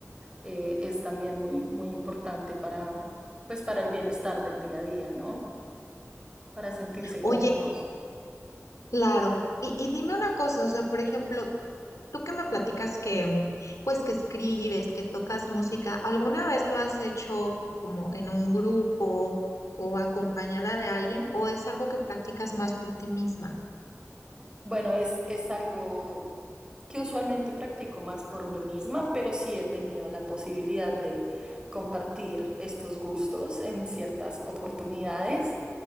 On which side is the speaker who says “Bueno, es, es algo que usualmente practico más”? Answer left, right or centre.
Right